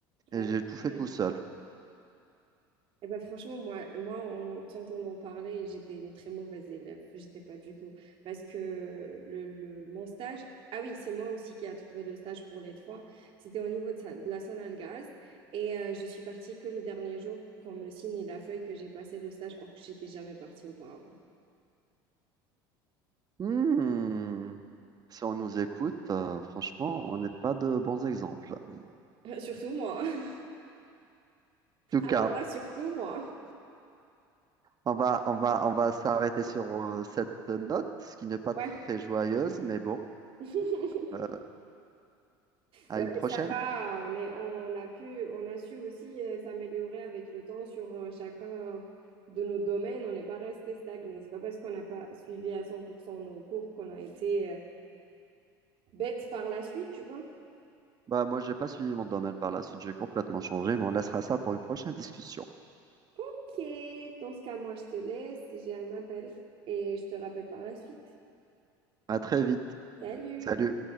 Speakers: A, on the right (about 50°); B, on the right (about 35°).
A: Ah
B: Et j'ai tout fait
A: ouais.
B: tout seul.
A: Et ben franchement, moi, moi, en t'entendant parler, j'étais une très mauvaise élève. J'étais pas du tout. Parce que le, le- mon stage, ah oui, c'est moi aussi qui a trouvé le stage pour les trois. C'était au niveau de, sa- de la Sonalgaz. Et euh, je suis partie que le dernier jour pour qu'on me signe la feuille que j'ai passé le stage, or que j'étais jamais partie auparavant.
B: Hmm. Si on nous écoute, euh, franchement, on n'est pas de bons exemples. En
A: Euh, Surtout moi. hein.
B: tout cas,
A: Alors là, surtout moi. hein.
B: on va, on va, on va s'arrêter sur euh, cette note ce qui n'est pas
A: Ouais.
B: très joyeuse, mais bon,
A: <laughs>
B: euh, à
A: Ouais,
B: une prochaine.
A: ça va. On est, on a pu, on a su aussi euh, s'améliorer avec le temps sur euh, chacun euh, de nos domaines. On n'est pas resté stagné. C'est pas parce qu'on n'a pas suivi à 100% nos cours qu'on a été euh, bête par la suite, tu vois.
B: Bah, moi, j'ai pas suivi mon domaine par la suite, j'ai complètement changé, mais on laissera ça pour une prochaine discussion.
A: Ok, dans ce cas, moi, je te laisse. J'ai un appel et je te rappelle par la suite.
B: À très vite.
A: Salut!
B: Salut.